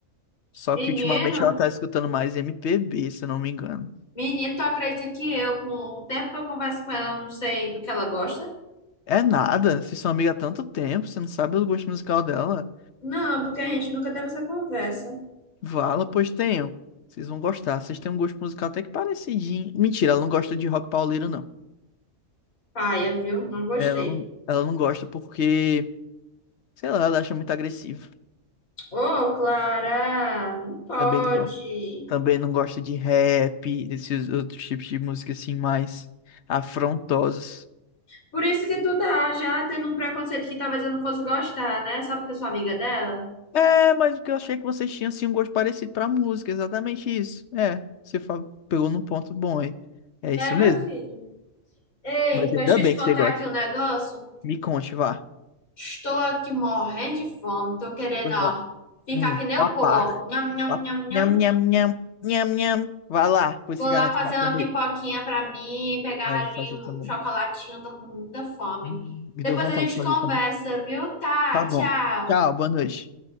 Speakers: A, on the left (about 60°); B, on the left (about 80°).
A: Só
B: Menino,
A: que ultimamente ela tá escutando mais MPB, se eu não me engano.
B: menino, tu acredita que eu, com o tempo que eu converso com ela, eu não sei do que ela gosta?
A: É nada. Vocês são amigas há tanto tempo, você não sabe o gosto musical dela.
B: Não, porque a gente nunca teve essa conversa.
A: Vala, pois tenham. Vocês vão gostar. Vocês têm um gosto musical até que parecidinho. Mentira, ela não gosta de rock pauleiro, não.
B: Paia, viu? Não gostei.
A: Ela não, ela não gosta porque, sei lá, ela acha muito agressivo.
B: Ô, Clara, não pode.
A: Também não gosta. Também não gosto de rap, desses outros tipos de música assim mais afrontosos.
B: Por isso que tu tá já tendo um preconceito que talvez eu não fosse gostar, né? Só porque eu sou amiga dela.
A: É, mas porque eu achei que vocês tinham assim um gosto parecido pra música, exatamente isso. É, você fa- pegou num ponto bom aí. É
B: É,
A: isso
B: meu
A: mesmo.
B: filho. Ei,
A: Mas
B: deixa
A: ainda bem
B: eu te contar
A: que você gosta.
B: aqui um negócio.
A: Me conte, vá.
B: Estou aqui morrendo de fome. Tô querendo,
A: Pois
B: ó,
A: vá.
B: ficar
A: Hum,
B: que nem
A: papar.
B: o pô, ó. Nham, nham,
A: Pap-
B: nham, nham.
A: Nham, nham, nham, nham, nham. Vá lá, pois
B: Vou
A: se
B: lá
A: garanta
B: fazer
A: vai comer.
B: uma pipoquinha pra mim, pegar
A: Ah, eu
B: ali
A: vou fazer
B: um
A: também.
B: chocolatinho. Tô com muita fome.
A: Hum, Me
B: Depois
A: deu vontade
B: a gente
A: de fazer
B: conversa,
A: também.
B: viu? Tá,
A: Tá bom.
B: tchau.
A: Tchau, boa noite.